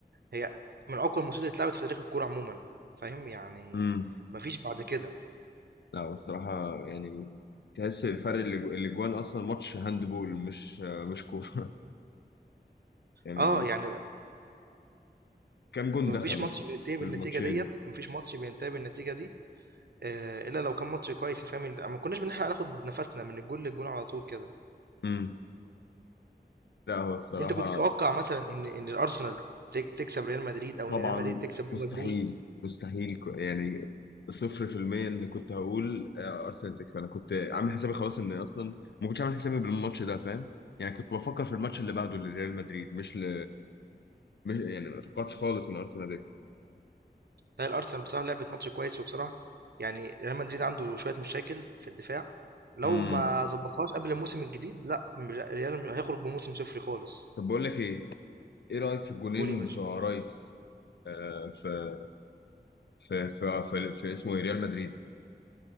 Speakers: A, on the right; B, on the left.
A: هي من أقوى الماتشات اللي اتلعبت في تاريخ الكورة عمومًا، فاهم؟ يعني
B: امم
A: ما فيش بعد كده
B: لا الصراحه يعني تحس الفرق اللي اللي جوان اصلا ماتش هاندبول مش مش كوره <laughs> يعني
A: آه، يعني
B: كام جون
A: ما
B: دخلوا
A: فيش ماتش بينتهي بالنتيجة
B: في الماتشين
A: ديّة، ما فيش ماتش بينتهي بالنتيجة دي آآ، إلا لو كان ماتش كويس فاهم؟ ال ما كناش بنلحق ناخد نفسنا من الجون للجون على طول كده.
B: امم لا هو الصراحه
A: أنت كنت تتوقع مثلًا إن إن الأرسنال ت تكسب ريال مدريد أو
B: طبعا
A: إن ريال مدريد تكسب
B: مستحيل
A: ليفربول؟
B: مستحيل ك- يعني صفر في المية ان كنت هقول آه، ارسنال تكسب انا كنت عامل حسابي خلاص ان اصلا ما كنتش عامل حسابي بالماتش ده فاهم يعني كنت بفكر في الماتش اللي بعده لريال مدريد مش ل... مش يعني ما توقعتش خالص ان ارسنال هتكسب
A: لا الأرسنال بصراحة لعبت ماتش كويس، وبصراحة يعني ريال مدريد عنده شوية مشاكل في الدفاع، لو
B: امم
A: ما ضبطهاش قبل الموسم الجديد لأ، م ريال هيخرج بموسم صفري خالص.
B: طب بقول لك ايه ايه رايك في الجولين
A: قُل يا باشا.
B: بتوع رايس آه في في في, في, في اسمه إيه؟ ريال مدريد